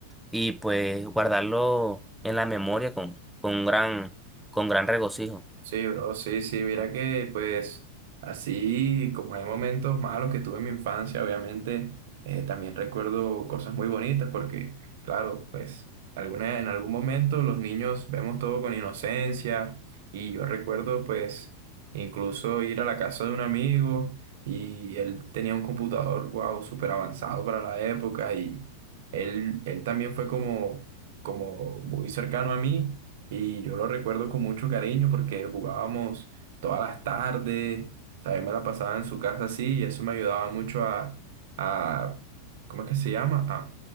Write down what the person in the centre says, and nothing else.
y pues guardarlo en la memoria con, con un gran, con gran regocijo.